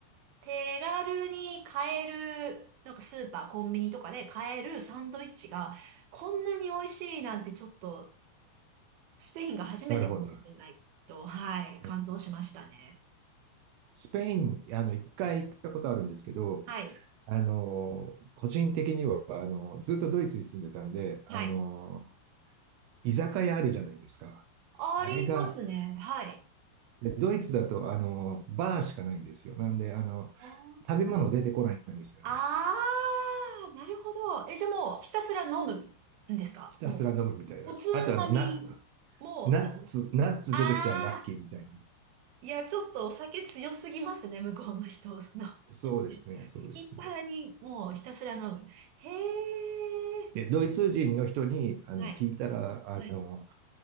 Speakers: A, on the right; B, on the right.
A: 手軽に買える、なんかスーパー、コンビニとかで買えるサンドイッチが、こんなに美味しいなんてちょっとスペインが初めてかもしれないと、
B: なるほど。
A: はい、感動しましたね。
B: えスペイン、あの、一回行ったことあるんですけど、
A: はい、
B: あの、個人的には、あの、ずっとドイツに住んでたんで、あの、
A: はい。
B: 居酒屋あるじゃないですか。
A: ありますね。
B: あれが、
A: はい。
B: でドイツだと、あの、バーしかないんですよ。なんで、あの、
A: あ
B: 食べ物出てこないんですよね。
A: あー、なるほど。え、じゃあもうひたすら飲むんですかも
B: ひたすら飲むみたいな。
A: う。おつまみも、
B: あと、あの、な、ナッツ、ナッツ出てきたらラッキーみたいな。
A: ああ、いや、ちょっとお酒強すぎますね、向こうの人。その、
B: そうですね、
A: 好
B: そうですね。
A: きっ腹にもうひたすら飲む。へえ、
B: で、ドイツ人の人にあの聞いたら、
A: はい、
B: あの、
A: はい。